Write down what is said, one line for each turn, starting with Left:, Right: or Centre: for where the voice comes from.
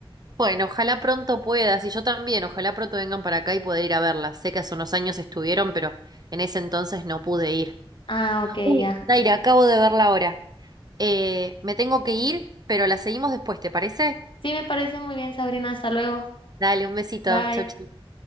Right: Bueno, ojalá pronto puedas y yo también, ojalá pronto vengan para acá y poder ir a verlas. Sé que hace unos años estuvieron, pero en ese entonces no pude ir.
Left: Ah, ok,
Right: Uy,
Left: ya.
Right: Daira, acabo de verla ahora. Eh, me tengo que ir, pero la seguimos después, ¿te parece?
Left: Sí, me parece muy bien, Sabrina. Hasta luego.
Right: Dale, un besito.
Left: Bye.
Right: Chau, chau.